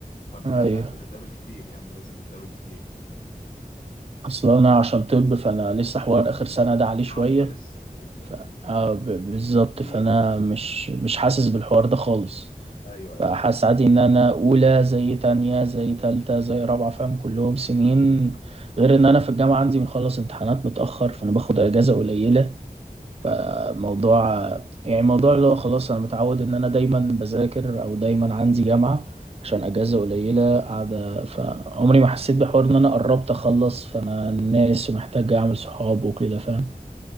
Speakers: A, on the left; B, on the right.
A: فبن
B: ايوه
A: لا بنتقابل كتير يعني لازم نتقابل كتير
B: اصل انا عشان طب فانا لسه حوار اخر سنه ده عليه شويه
A: اه انت لسه ده انت لسه
B: ف آه ب- بالظبط
A: كبير
B: فانا مش مش حاسس بالحوار ده خالص
A: ايوه ايوه
B: فحاسس عادي ان انا اولى زي تانية زي تالتة زي رابعة فاهم كلهم سنين غير ان انا في الجامعة عندي بنخلص امتحانات متأخر فانا باخد اجازة قليلة فموضوع يعني موضوع اللي هو خلاص انا متعود ان انا دايما بذاكر او دايما عندي جامعة عشان اجازة قليلة قاعدة فعمري ما حسيت بحوار ان انا قربت اخلص فانا الناس ومحتاج اعمل صحاب وكده فاهم